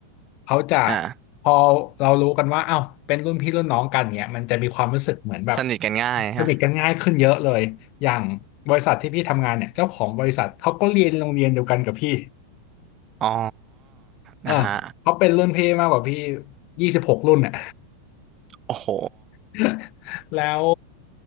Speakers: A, on the left; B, on the right.
A: เขาจะ
B: อ่า
A: พอเรารู้กันว่าเอ้าวเป็นรุ่นพี่รุ่นน้องกันเนี่ยมันจะมีความรู้สึกเหมือนแบบ
B: สนิทกันง่ายฮะ
A: สนิทกันง่ายขึ้นเยอะเลยอย่างบริษัทที่พี่ทำงานเนี่ยเจ้าของบริษัทเขาก็เรียนโรงเรียนเดียวกันกับพี่
B: อ๋อ
A: เออ
B: นะฮะ
A: เขาเป็นรุ่นพี่มากกว่าพี่ยี่สิบหกรุ่นอ่ะ
B: โอ้โห
A: <laughs> แล้ว